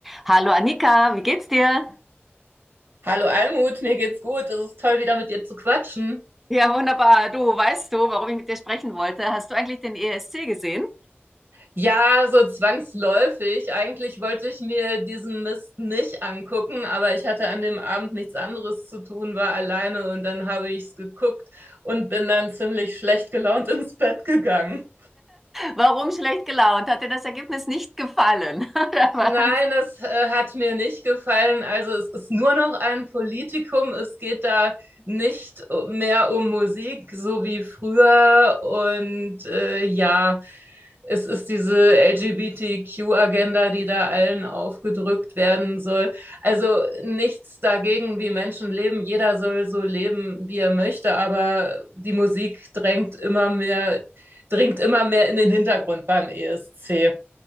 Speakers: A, in the centre; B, on the right.
A: Hallo Annika, wie geht's dir?
B: Hallo Almut, mir geht's gut. Es ist toll, wieder mit dir zu quatschen.
A: Ja, wunderbar. Du, weißt du, warum ich mit dir sprechen wollte? Hast du eigentlich den ESC gesehen?
B: Ja, so zwangsläufig. Eigentlich wollte ich mir diesen Mist nicht angucken, aber ich hatte an dem Abend nichts anderes zu tun, war alleine und dann habe ich's geguckt und bin dann ziemlich schlecht gelaunt ins Bett gegangen.
A: Warum schlecht gelaunt? Hat dir das Ergebnis nicht gefallen? <laughs>
B: Nein, das äh, hat mir nicht gefallen. Also es ist nur noch ein Politikum. Es geht da nicht mehr um Musik, so wie früher. Und äh, ja, es ist diese LGBTQ-Agenda, die da allen aufgedrückt werden soll. Also nichts dagegen, wie Menschen leben. Jeder soll so leben, wie er möchte. Aber die Musik drängt immer mehr, dringt immer mehr in den Hintergrund beim ESC.